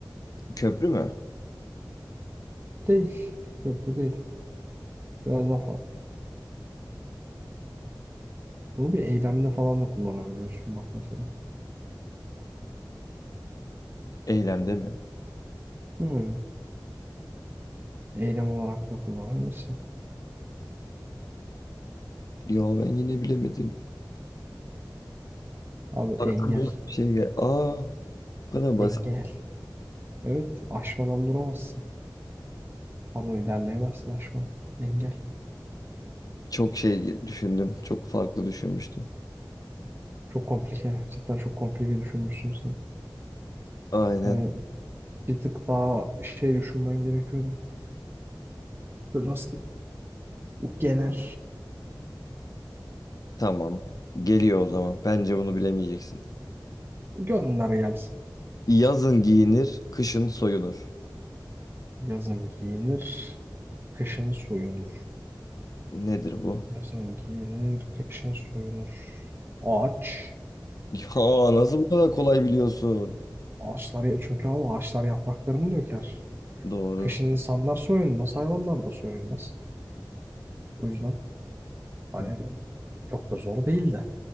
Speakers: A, on the left; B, on the right.
A: Köprü mü?
B: Değil. Köprü değil. Biraz daha farklı. Bunu bir eylemde falan da kullanabiliyorsun bak mesela.
A: Eylemde mi?
B: Hmm. Eylem olarak da kullanabilirsin.
A: Ya ben yine bilemedim.
B: Abi
A: Aklıma
B: engel.
A: hiçbir şey gel. Aa, bu kadar basit.
B: Engel. Evet. Aşmadan duramazsın. Pardon ilerleyemezsin aşkım. Engel.
A: Çok şey düşündüm. Çok farklı düşünmüştüm.
B: Çok komplike. Cidden çok komplike düşünmüşsün sen.
A: Aynen.
B: Hani bir tık daha şey düşünmen gerekiyordu. Böyle nasıl diyeyim, genel
A: Tamam. Geliyor o zaman. Bence bunu bilemeyeceksin.
B: gönder gelsin.
A: Yazın giyinir, kışın soyunur.
B: Yazın giyinir, kışın soyunur.
A: Nedir bu? <laughs>
B: Yazın giyinir, kışın soyunur. Ağaç.
A: Ya nasıl
B: Yani
A: bu kadar kolay biliyorsun?
B: ağaçlar çünkü ama ağaçlar yapraklarını döker.
A: Doğru.
B: Kışın insanlar soyunmaz, hayvanlar da soyunmaz. O yüzden hani
A: Doğru.
B: çok da zor değildi.